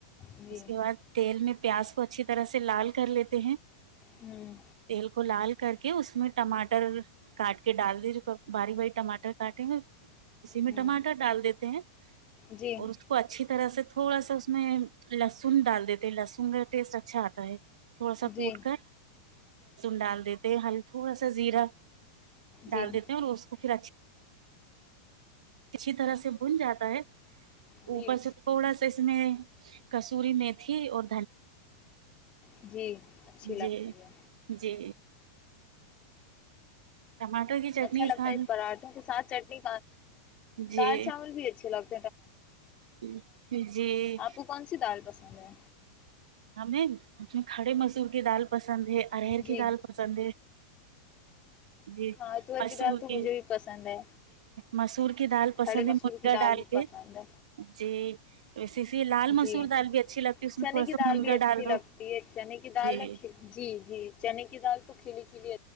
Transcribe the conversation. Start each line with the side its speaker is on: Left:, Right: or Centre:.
Left: جی
Right: اس کے باد تےل مے پیاذ کو اچھی طدح لال کر لےتے ہے
Left: ہوں
Right: بالکل لال کر کے اس میں ٹماٹر کاٹ کے ڈال دی باری باری ٹماٹر کاٹیں گے اسی میں
Left: ہوں
Right: ٹماٹر ڈال دیتے ہیں
Left: جی
Right: اور اس کو اچھی طرح سے تھوڑا سا اس میں لہسن ڈال دیتے ہیں لہسن ٹیسٹ اچھا اتا ہے موسا
Left: جی
Right: کوٹ کر ڈال لیتے ہیں ہم تھوڑا سا زیرہ ڈال
Left: جی
Right: دیتے ہیں اور اس کو پھر اچھی اچھی طرح سے بھن جاتا ہے
Left: جی
Right: اوپر سے تھوڑا سا میں کسوری میتھی اور
Left: جی اچھی لگتی
Right: جی
Left: ہے
Right: جی ٹماٹر کی چٹنی
Left: اچھا لگتا
Right: اس ساتھ
Left: ہے پراٹوں کے ساتھ چٹنی
Right: جی
Left: دال چاول بھی اچھے لگ
Right: جی
Left: اپ کو کون سی دال پسند ہے
Right: ہمیں کھڑے مسور کی دال ارہر
Left: جی
Right: کی ڈال پسند ہی جی
Left: ہاں تور
Right: اصول
Left: کی دال تو
Right: کے
Left: مجھے بھی پسند ہے
Right: مسور کی دال پسند
Left: کھڑے مسور کی دال
Right: ڈال
Left: بھی
Right: کے
Left: پسند ہے
Right: جی ویسے اس لیے لال مسور
Left: جی
Right: دال بھی اچھی لگتی ہے اس میں
Left: چنے
Right: تھوڑا
Left: کی
Right: سا
Left: دال
Right: منگا
Left: بھی اچھی
Right: ڈال دو
Left: لگتی ہے چنے کی دال
Right: جی
Left: میں جی جی چنے کی دال تو کھلی کھلی